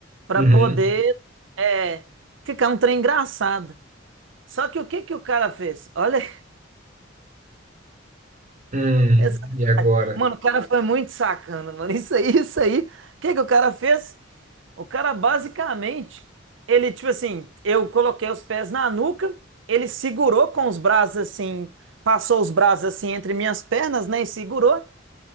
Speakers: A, on the right; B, on the right.
A: Pra
B: Uhum.
A: poder é, ficar um trem engraçado. Só que o que que o cara fez? Olha, <laughs>
B: Hum,
A: É sacanagem.
B: e agora?
A: Mano, o cara foi muito sacana, mano. Isso aí, isso aí. O que que o cara fez? O cara basicamente, ele tipo assim, eu coloquei os pés na nuca, ele segurou com os braços assim, passou os braços assim entre minhas pernas, né, e segurou